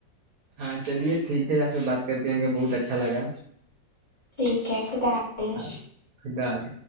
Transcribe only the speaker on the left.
ٹھیک ہے خداظ